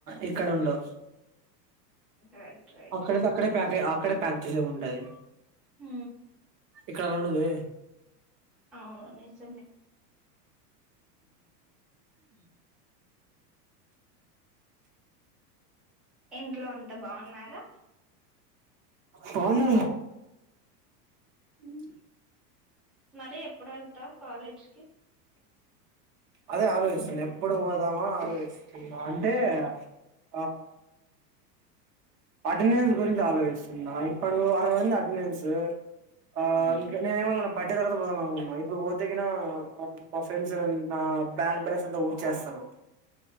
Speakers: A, on the right; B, in the centre.
A: ఇక్కడ ఉండవు
B: రైట్ రైట్
A: అక్కడే అ <inaudible> అక్కడే ప్యాక్ చేసే ఉంటది
B: హు
A: ఇక్కడలా ఉండది
B: అవును నిజమే ఇంట్లో అంత బాగున్నారా
A: పాము ఉమ్
B: మరి ఎప్పుడు వెళ్తా కాలేజీకి
A: అదే ఆలోచిస్తున్నా ఎప్పుడు పోదామాో ఆలోచిస్తున్నా అంటే ఆ అటెండెన్స్ గురించి ఆలోచిస్తున్నా ఇప్పుడు అరవ అటెండెన్స్ ఆ
B: ఉమ్
A: ఇం నేనుమనుకున్నా బడ్ తర్వాత పోదాం అనుకుంటున్నా ఇప్పుడు పోతేన మా ఫ్రెండ్స్ నా బ్యాంక్ బ్యాలెన్స్ అంత ఊడ్చేస్తారు